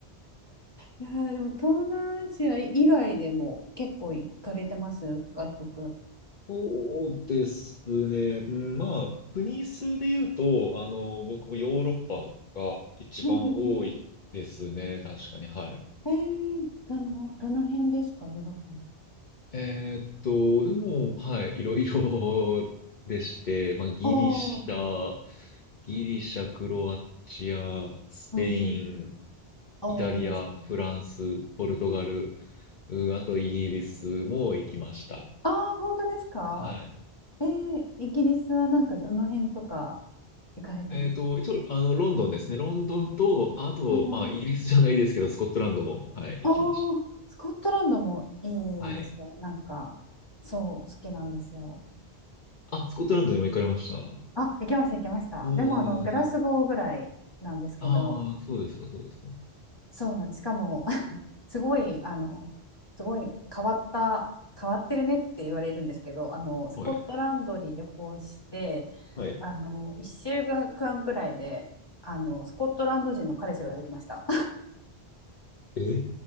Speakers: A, on the left; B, on the left.
A: いやーでも東南アジア以外でも結構行かれてます外国。
B: そうですね。うんまあ、国数で言うと、あの、僕もヨーロッパが一番多いですね。
A: うんうん
B: 確かに。はい。
A: うん。えー、どの、どの辺ですかヨーロッパ
B: えーっと、でも、はい、いろいろでして、まあ、ギリシャ、
A: の。ああ、
B: ギリシャ、クロアチア、スペイン、
A: うんうんうん。ああ、
B: イタリア、
A: いいですね。
B: フランス、ポルトガル、うあとイギリスも行きました。
A: ああ、本当ですか
B: はい。
A: えー、イギリスはなんかどの辺とか行かれたんですか
B: えっと、一応、あの、ロンドンですね。ロンドンと、あと、
A: うんうん。
B: まあ、イギリスじゃないですけど、スコットランドも、はい、行きました。
A: ああ、スコットランドもいいですね。
B: はい。
A: なんか、そう、好きなんですよ。
B: あ、スコットランドにも行かれました。う
A: あ、行きました、行きました。
B: んう
A: でも、あの、グラスゴーぐらいなんですけど、
B: んうん。ああ、そうですか、そうですか。
A: そうなんです。しかも、<laughs> すごい、あの、すごい変わった、変わってるねって言われるんですけど、あの、スコットランドに旅行して、
B: はい。はい。
A: あの、1週間くらいで、あの、スコットランド人の彼氏ができました。
B: え